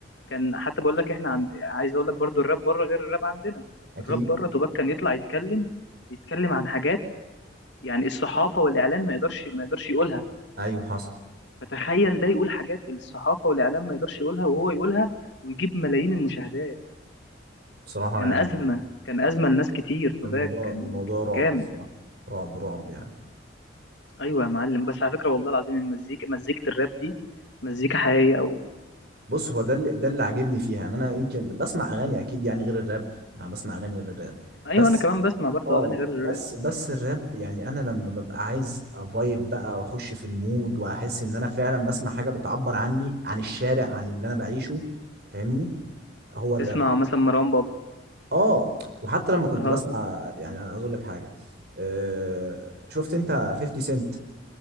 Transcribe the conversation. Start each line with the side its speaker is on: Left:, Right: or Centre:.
Left: كان حتى بقول لك إحنا عند عايز أقول لك برضو الراب بره غير الراب عندنا
Right: اكيد
Left: الراب بره طوباك كان يطلع يتكلم يتكلم عن حاجات يعني الصحافة والإعلان ما يقدرش ما يقدرش يقولها
Right: ايوه حصل
Left: فتخيل ده يقول حاجات الصحافة والإعلام ما يقدرش يقولها وهو يقولها ويجيب ملايين المشاهدات
Right: بصراحه
Left: كان
Right: يعني
Left: أزمة كان أزمة لناس كتير توباك
Right: الموضوع
Left: كان
Right: الموضوع رعب
Left: جامد
Right: الصراحه رعب رعب يعني
Left: أيوة يا معلم بس على فكرة والله العظيم المزيكا مزيكة الراب دي مزيكا حقيقية أوي
Right: بص هو ده اللي ده اللي عاجبني فيها يعني انا يمكن بسمع اغاني اكيد يعني غير الراب يعني بسمع اغاني غير الراب
Left: أيوة
Right: بس
Left: أنا كمان بسمع برضه
Right: اه
Left: أغاني غير الراب
Right: بس بس الراب يعني انا لما ببقى عايز افايب بقى واخش في المود واحس ان انا فعلا بسمع حاجه بتعبر عني عن الشارع عن اللي انا بعيشه فاهمني هو
Left: تسمع
Right: الراب
Left: مثلا مروان بابلو
Right: اه وحتى لما كنت
Left: أه
Right: بسمع يعني انا عايز اقول لك حاجه آه شفت انت 50 سنت